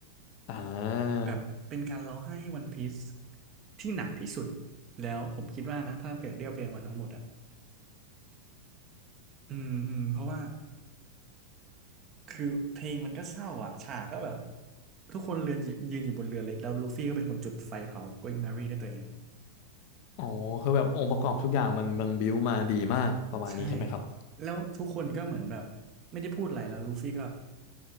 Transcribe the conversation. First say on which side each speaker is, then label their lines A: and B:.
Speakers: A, on the left (about 45°); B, on the right (about 30°).
A: อ่า
B: แบบเป็นการร้องไห้ให้วันพีซที่หนักที่สุดแล้วผมคิดว่านะถ้าเกิดเรียบเรียงมาทั้งหมดอ่ะอืมอืมเพราะว่าคือเพลงมันก็เศร้าอ่ะฉากก็แบบทุกคนเรือนยืนอยู่บนเรือเล็กแล้วลูฟี่ก็เป็นคนจุดไฟเผา Going Merry ได้วยตัวเอง
A: อ๋อคือแบบองค์ประกอบทุกอย่างมันมันบิวมาดีมากประมาณนี้ใช่ไหมครับ
B: ใช่แล้วทุกคนก็เหมือนแบบไม่ได้พูดอะไรแล้วลูฟี่ก็